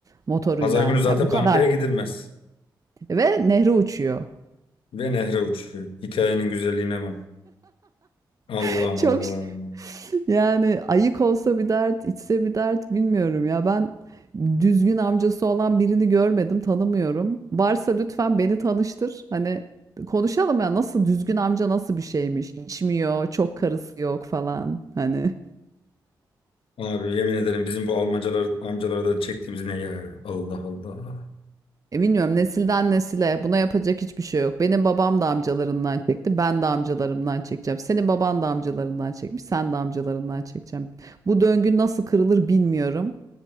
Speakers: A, on the right; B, on the left.
A: motoruyla.
B: Pazar günü zaten
A: Ya bu kadar.
B: bankaya gidilmez.
A: Ve nehre uçuyor.
B: Ve nehre uçuyor. Hikayenin güzelliğine bak. Allah
A: <laughs> Çok
B: Allah.
A: Yani ayık olsa bir dert, içse bir dert bilmiyorum ya. Ben düzgün amcası olan birini görmedim, tanımıyorum. Varsa lütfen beni tanıştır. Hani konuşalım ya nasıl düzgün amca nasıl bir şeymiş? İçmiyor, çok karısı yok falan. Hani
B: Abi yemin ederim bizim bu Almancalar, amcalardan çektiğimiz ne ya? Allah Allah.
A: e bilmiyorum nesilden nesile buna yapacak hiçbir şey yok. Benim babam da amcalarından çekti, ben de amcalarımdan çekeceğim. Senin baban da amcalarından çekmiş, sen de amcalarından çekeceğim. Bu döngü nasıl kırılır bilmiyorum.